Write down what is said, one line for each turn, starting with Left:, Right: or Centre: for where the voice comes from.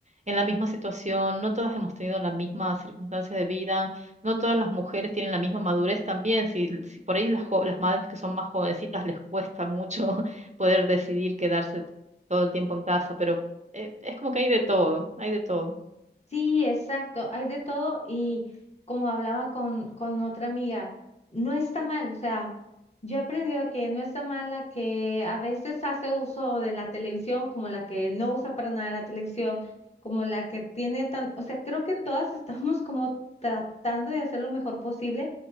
Right: en la misma situación, no todas hemos tenido las mismas circunstancias de vida, no todas las mujeres tienen la misma madurez también. Si, si por ahí las, jo- las madres que son más jovencitas les cuesta mucho <laughs> poder decidir quedarse todo el tiempo en casa, pero eh, es como que hay de todo, hay de todo.
Left: Sí, exacto, hay de todo y como hablaba con, con otra amiga, no está mal, o sea, yo he aprendido a que no está mal la que a veces hace uso de la televisión, como la que no usa para nada la televisión, como la que tiene tan, o sea, creo que todas <laughs> estamos como tratando de hacer lo mejor posible